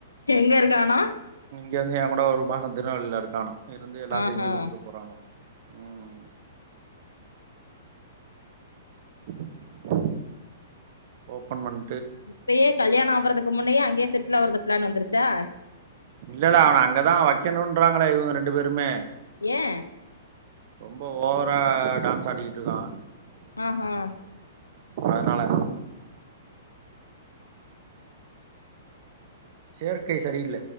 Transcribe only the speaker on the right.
இங்கேருந்து ஏங்கூட ஒரு மாசோ திருநெல்வேலில இருக்கான்னா இருந்து எல்லா
செஞ்சு குடுத்துட்டு போறானா ம் <inaudible> ஓபன் பண்
இல்லல்ல அவன அங்கதா வைக்கணுன்றாங்களே இவுங்க ரெண்டு பேருமே
ரொம்ப ஓவரா டான்ஸ் ஆடிகிட்டு இருக்கா
அதனால சேர்கை சரியில்ல